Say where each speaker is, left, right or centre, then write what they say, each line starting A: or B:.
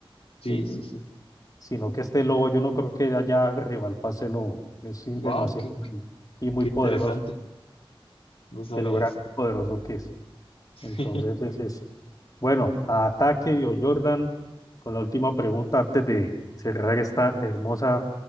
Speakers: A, on the left (about 80°); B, on the left (about 40°).
A: Sí,
B: eh,
A: sí, sí.
B: sino que este lobo, yo no creo que de allá rival para ese lobo, es sin
A: Wow,
B: demasiado
A: Qué
B: grande y muy poderoso,
A: interesante, no sabía
B: de lo grande
A: eso.
B: y poderoso que es.
A: <laughs>
B: Entonces, es ese. Bueno, a ataque, Dio Jordan, con la última pregunta antes de cerrar esta hermosa